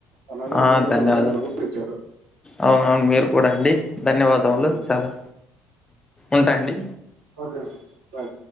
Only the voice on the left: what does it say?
ఆ!
ధన్యవాదాలు.
అవునవును మీరు కూడా అండి ధన్యవాదములు
చాలా ఉంటా అండి